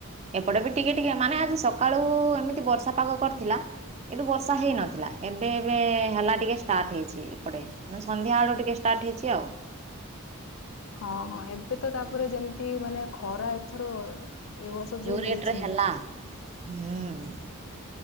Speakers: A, on the right; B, on the left.
A: ଏପଟେ ବି ଟିକେ ଟିକେ ମାନେ ଆଜି ସକାଳୁ ଏମିତି ବର୍ଷା ପାଗ କରିଥିଲା। କିନ୍ତୁ ବର୍ଷା ହେଇନଥିଲା, ଏବେ ଏବେ ହେଲା ଟିକେ ଷ୍ଟାର୍ଟ ହେଇଛି ଏପଟେ। ସନ୍ଧ୍ୟା ବେଳ ଟିକେ ଷ୍ଟାର୍ଟ ହେଇଛି ଆଉ।
B: <inaudible> ହଁ ହଁ ଏବେ ତ ତାପରେ
A: ହଁ।
B: ଯେମିତି ମାନେ ଖରା ଏଥର ଏ ବର୍ଷ ଯୋଉ
A: ରେଟରେ
B: ହେଇଛି।
A: ହେଲା ହୁଁ